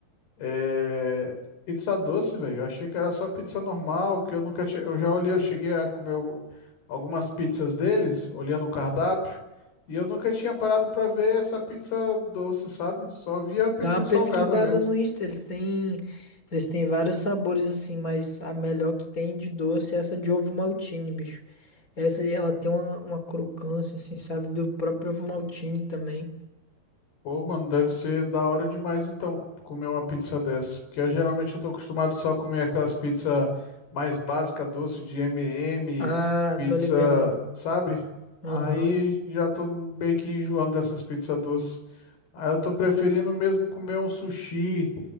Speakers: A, on the left (about 75°); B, on the left (about 25°).
A: eh, pizza doce, velho. Eu achei que era só pizza normal, porque eu nunca tinha. Eu já olhei, eu cheguei a comer o- algumas pizzas deles, olhando o cardápio, e eu nunca tinha parado pra ver essa pizza doce, sabe? Só via a pizza
B: Dá uma pesquisada
A: salgada mesmo.
B: no Insta, eles têm, eles têm vários sabores assim, mas a melhor que tem de doce é essa de ovo maltine, bicho. Essa aí, ela tem uma, uma crocância assim, sabe, do próprio ovo maltine também.
A: Pô, mano, deve ser da hora demais então co- comer uma pizza dessa. Porque eu, geralmente eu tô acostumado só a comer aquelas pizzas mais básicas, doce de M&M,
B: Ah,
A: pizza,
B: tô ligado.
A: sabe?
B: Aham,
A: Aí já tô meio que enjoando dessas pizzas doces. Aí eu tô preferindo mesmo comer um sushi.